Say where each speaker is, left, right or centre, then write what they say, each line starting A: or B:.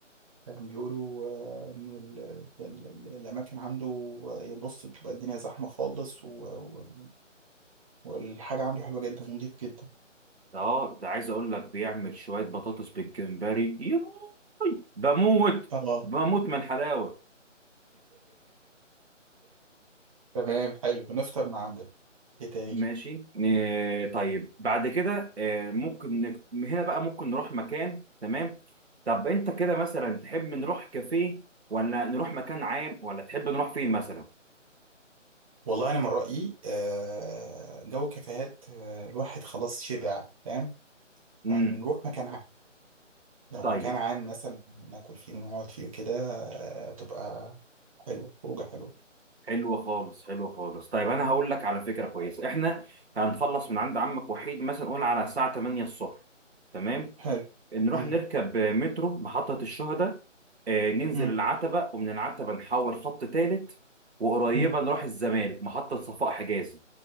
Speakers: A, on the right; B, on the right.
A: كان بيقولوا آه، انه ال- ال- ال- الاماكن عنده آه، بص بتبقى الدنيا زحمه خالص و- و- والحاجه عنده حلوه جدا ونضيف جدا
B: اه ده عايز اقول لك بيعمل شويه بطاطس بالجمبري ياي بموت
A: اه
B: بموت من الحلاوه
A: تمام حلو بنفطر من عنده ايه تاني
B: ماشي ن- طيب بعد كده آه، ممكن نك- من هنا بقى ممكن نروح مكان تمام طب انت كده مثلا تحب نروح كافيه ولا نروح مكان عام ولا تحب نروح فين مثلا
A: والله انا من رايي آه، جو الكافيهات آه، الواحد خلاص شبع فاهم
B: امم
A: هنروح مكان عام لو
B: طيب
A: مكان عام مثلا ناكل فيه ونقعد فيه وكده آه، تبقى حلوه خروجه حلوه
B: حلوه خالص حلوه خالص طيب انا هقول لك على فكره كويسه احنا هنخلص من عند عمك وحيد مثلا قول على الساعه 8 الصبح تمام
A: حلو
B: نروح
A: مم.
B: نركب مترو محطة الشهداء آه، ننزل
A: مم.
B: العتبة ومن العتبة نحول خط تالت وقريبة
A: مم.
B: نروح الزمالك محطة صفاء حجازي